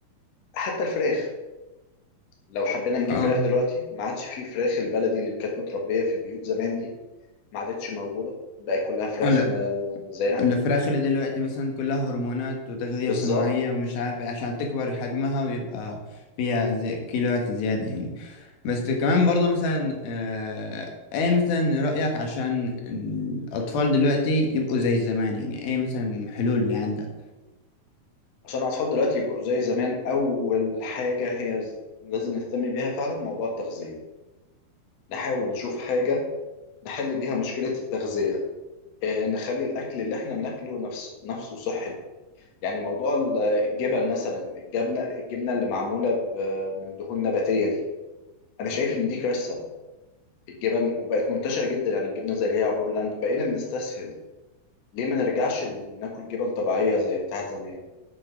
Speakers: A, on the left; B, on the left.
A: حتى الفراخ لو حبينا نجيب
B: اه
A: فراخ دلوقتي ما عادش فيه فراخ البلدي اللي كانت متربية في البيوت زمان دي ما عادتش موجوده بقت كلها فراخ
B: اه لا
A: م- مزارع
B: الفراخ اللي دلوقتي مثلا كلها هرمونات وتغذية
A: بالظبط
B: صناعية ومش عارف ايه عشان تكبر حجمها ويبقى فيها زي كيلوات زيادة يعني بس كمان برضه مثلا آه ايه مثلا رأيك عشان الأطفال دلوقتي يبقوا زي زمان يعني ايه مثلا الحلول اللي عندك
A: عشان الاطفال دلوقتي يبقوا زي زمان اول حاجه هي ز- لازم نهتم بيها فعلا موضوع التغذيه نحاول نشوف حاجه نحل بيها مشكله التغذيه آه، نخلي الاكل اللي احنا بناكله نفس نفسه صحي يعني موضوع ال- الجبن مثلا الجبنه الجبنه اللي معموله ب- من دهون نباتيه دي انا شايف ان دي كارثه الجبن وبقت منتشره جدا يعني الجبنه زي اللي هي عبور لاند بقينا بنستسهل ليه ما نرجعش ناكل جبن طبيعيه زي بتاعت زمان